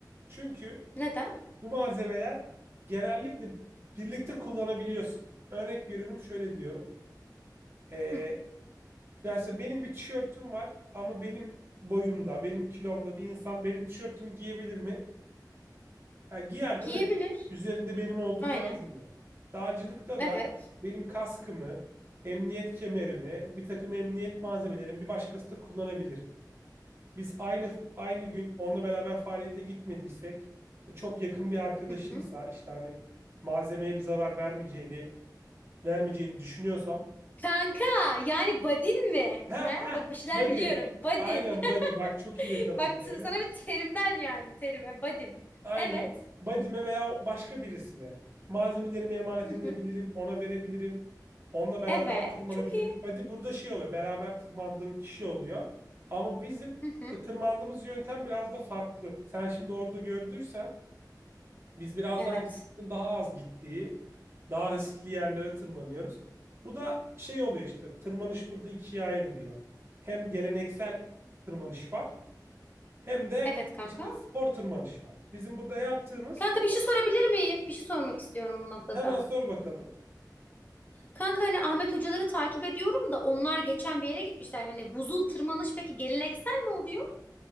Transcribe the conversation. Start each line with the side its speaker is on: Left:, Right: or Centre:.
Right: Çünkü
Left: Neden?
Right: bu malzemeler genellikle birlikte kullanabiliyorsun. Örnek veriyorum şöyle diyorum. E, Yani
Left: Hı,
Right: mesela benim bir tişörtüm var ama benim boyumda, benim kilomda bir insan benim tişörtümü giyebilir mi? Ha, giyer değil
Left: giyebilir.
Right: mi? Üzerinde benim olduğu
Left: Aynen.
Right: yazmıyor. Dağcılıkta
Left: Evet.
Right: da benim kaskımı, emniyet kemerimi, bir takım emniyet malzemelerimi bir başkası da kullanabilir. Biz aynı aynı gün onunla beraber faaliyete gitmediysek, e, çok yakın bir arkadaşımsa
Left: Hı hı.
Right: işte hani malzemeye bir zarar vermeyeceğini vermeyeceğini düşünüyorsam
Left: Kanka yani badin mi?
Right: Heh
Left: He?
Right: heh
Left: Bak bir şeyler
Right: body.
Left: biliyorum. Badin.
Right: Aynen body. Bak çok
Left: <laughs>
Right: iyi yakaladın
Left: Bak t-
Right: terimi.
Left: sana bir terimden yani terime badin.
Right: Aynen.
Left: Evet.
Right: Body'me veya başka birisine. Malzemelerimi emanet
Left: Hı
Right: edebilirim.
Left: hı.
Right: Ona verebilirim. Onunla beraber
Left: Evet.
Right: tırmanabilirim.
Left: Çok iyi.
Right: Body burada şey oluyor. Beraber tırmandığım kişi oluyor. Ama bizim
Left: Hı hı.
Right: işte tırmandığımız yöntem biraz da farklı. Sen şimdi orada gördüysen biz biraz
Left: Evet.
Right: daha insanların daha az gittiği, daha riskli yerlere tırmanıyoruz. Bu da şey oluyor işte. Tırmanış burada ikiye ayrılıyor. Hem geleneksel tırmanış var. hem de
Left: Evet kanka.
Right: işte spor tırmanış var. Bizim burada yaptığımız
Left: Kanka bir şey sorabilir miyim? Bir şey sormak istiyorum bu noktada.
Right: hemen sor bakalım.
Left: Kanka hani Ahmet hocaları takip ediyorum da onlar geçen bir yere gitmişler. Hani buzul tırmanış peki geleneksel mi oluyor?